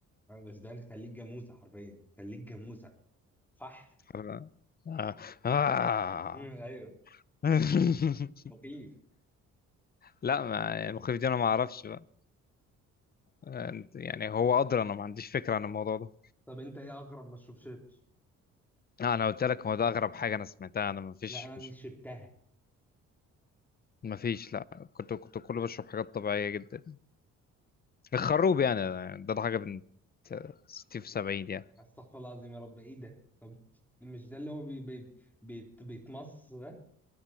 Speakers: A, in the centre; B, on the left.
A: بس ده خليك جاموسه حرفيا خليك جاموسه فحل
B: حر- آه. آه.
A: مم، ايوه
B: <laughs>
A: مخيف
B: لا ما يعني المخيف دي انا ما اعرفش بقى انت- يعني هو ادرى انا ما عنديش فكره عن الموضوع ده
A: طب انت ايه اغرب ما شربتش
B: لا انا قلت لك هو ده اغرب حاجه انا سمعتها انا ما فيش
A: لا انا
B: مش
A: دي شربتها
B: ما فيش لا كنت كنت كله بشرب حاجات طبيعيه جدا الخروب يعني ده ده حاجه بنت 60 في 70
A: استغفر الله العظيم يا رب ايه ده طب مش ده اللي هو بي بي بي بيتمص ده